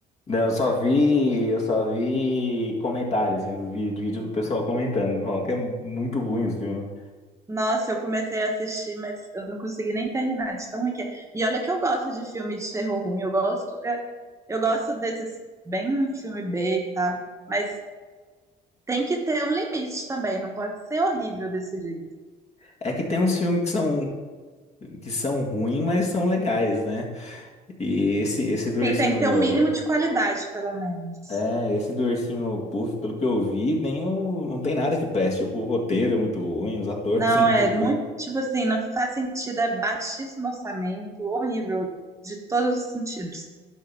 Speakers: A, on the left (about 40°); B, on the right (about 15°).
A: Não, eu só vi, eu só vi comentários, assim, os vi- vídeo do pessoal comentando, falando que é muito ruim os filmes.
B: Nossa, eu comecei a assistir, mas eu não consegui nem terminar de tão ruim que é. E olha que eu gosto de filme de terror ruim, eu gosto, é, eu gosto desses bem filme B e tal, mas tem que ter um limite também, não pode ser horrível desse jeito.
A: É que tem uns filmes que são que são ruins, mas são legais, né? E esse esse do
B: Tem,
A: ursinho
B: tem que ter um mínimo de qualidade, pelo menos.
A: É, esse do Ursinho Puff, pelo que eu vi, nem o... não tem nada que preste. Tipo, o roteiro é muito ruim, os atores
B: Não,
A: <laughs> são muito
B: é
A: ruins.
B: muito, tipo assim, não faz sentido, é baixíssimo orçamento, horrível, de todos os sentidos.